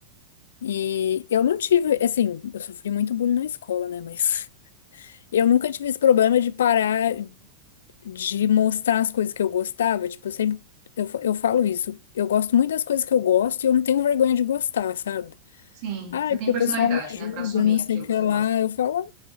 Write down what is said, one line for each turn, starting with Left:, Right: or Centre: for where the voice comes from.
Left: E eu não tive, assim, eu sofri muito bullying na escola, né? Mas <laughs> eu nunca tive esse problema de parar de mostrar as coisas que eu gostava. Tipo, eu sempre, eu, fa- eu falo isso, eu gosto muito das coisas que eu gosto e eu não tenho vergonha de gostar, sabe?
Right: sim,
Left: Ai,
Right: você tem
Left: porque o
Right: personalidade,
Left: pessoal me julga,
Right: né, Pra assumir
Left: não sei
Right: aquilo
Left: o que
Right: que você
Left: lá.
Right: gosta.
Left: Eu falo, "Ah,